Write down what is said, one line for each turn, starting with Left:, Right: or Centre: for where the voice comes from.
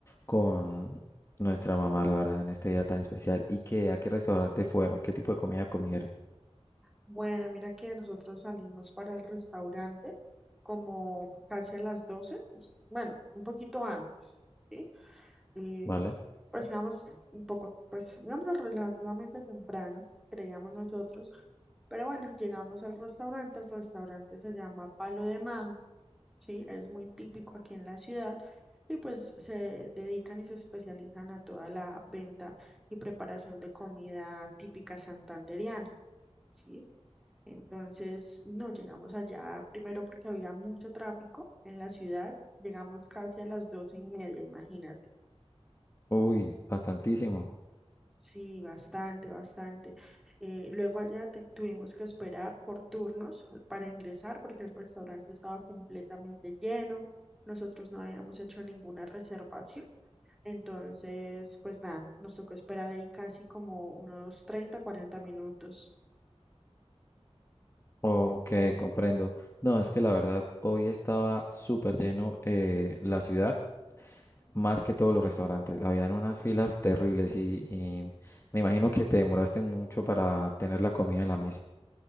Left: con nuestra mamá, la verdad, en este día tan especial. ¿Y qué, a qué restaurante fueron? ¿Qué tipo de comida comieron?
Centre: Bueno, mira que nosotros salimos para el restaurante como casi a las doce pues, bueno, un poquito antes, ¿sí? Eh,
Left: ¿Vale?
Centre: pues íbamos un poco, pues íbamos relativamente temprano, creíamos nosotros, pero bueno, llegamos al restaurante, el restaurante se llama Palo de Mango. Sí, es muy típico aquí en la ciudad y pues se dedican y se especializan a toda la venta y preparación de comida típica santandereana, ¿sí? Entonces, no, llegamos allá primero porque había mucho tráfico en la ciudad, llegamos casi a las doce y media, imagínate.
Left: Uy, bastantísimo.
Centre: Sí, bastante, bastante. Eh, luego allá te- tuvimos que esperar por turnos para ingresar porque el restaurante estaba completamente lleno. Nosotros no habíamos hecho ninguna reservación. Entonces, pues nada, nos tocó esperar ahí casi como unos 30 40 minutos.
Left: Ok, comprendo. No, es que la verdad, hoy estaba súper lleno eh, la ciudad. más que todos los restaurantes. Habían unas filas terribles y, y me imagino que te demoraste mucho para tener la comida en la mesa.